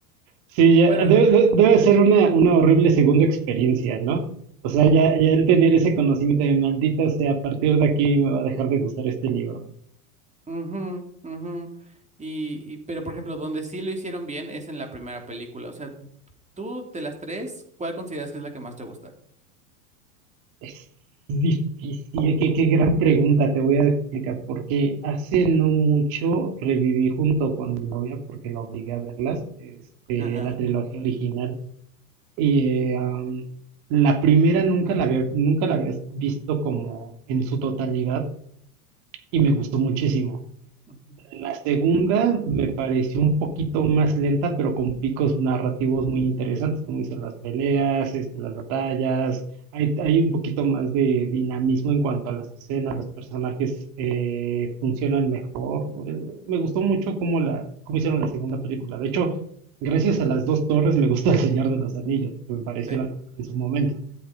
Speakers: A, on the right; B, on the right.
A: Sí, ya,
B: <laughs> bueno.
A: debe, de- debe ser una, una horrible segunda experiencia, ¿no? O sea, ya, ya el tener ese conocimiento de maldita sea, a partir de aquí me va a dejar de gustar este libro.
B: Ujú, ujú. Y, y- pero por ejemplo, donde sí lo hicieron bien es en la primera película. O sea, tú de las tres, ¿cuál consideras que es la que más te gusta?
A: Es difícil, qué, qué gran pregunta, te voy a explicar, porque hace
B: Ujú.
A: no mucho reviví junto con mi novia, porque la obligué a verlas, este,
B: <laughs>
A: la trilogía original, y eh, am, la primera nunca la había, nunca la había visto como en su totalidad, y me gustó muchísimo.
B: Ujú.
A: La segunda me pareció un poquito más lenta, pero con picos narrativos muy interesantes, como dicen las peleas, este, las batallas. Hay, hay un poquito más de dinamismo en cuanto a las escenas, los personajes eh, funcionan mejor. Eh, Me gustó mucho cómo, la, cómo hicieron la segunda película. De hecho, gracias a las dos torres me gusta El Señor de los Anillos, que me pareció
B: Sí.
A: la mejor en su momento.